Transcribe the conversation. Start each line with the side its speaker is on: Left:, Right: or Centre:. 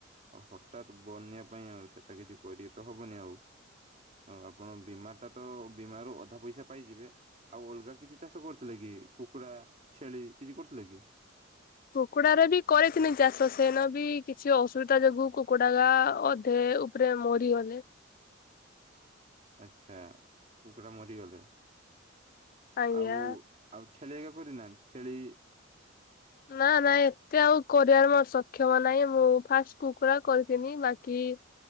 Right: ଆଉ ହଠାତ୍ ବନ୍ୟା ପାଇଁ ଆଉ ସେଇଟା କିଛି କରିତ ହବନି ଆଉ ଆପଣ ବୀମା ଟା ତ ବୀମ ର ଅଧା ପଇସା ସା ପାଇଯିବେ ଆଉ ଅଲଗା କିଛି ଚାଷ କରୁଥିଲେ କି କୁକୁଡ଼ା, ଛେଳି କିଛି କରୁଥିଲେ କି?
Left: କୁକୁଡା ର ବି କରିିଥିନି ଚାଷ ସେନ ବି କିଛି ଅସୁବିଧା ଯୋଗୁ କୁକୁଡା ଗା ଅଧେ ଉପରେ ମରିଗଲେ
Right: <inaudible> ଆଛା କୁକୁଡା ମରିଗଲେ
Left: ଆଜ୍ଞା।
Right: ଆଉ ଆଉ ଛେଲି ଏଗା କରିନାହାନ୍ତି ଛେଳି
Left: ନା ନା ଏତେ ଆଉ କରିବାର ମୋର ସକ୍ଷମ ନାହିଁ ମୁଁ ଫାଷ୍ଟ କୁକୁଡ଼ା କରିଥିଲି ବାକି ହିଁ।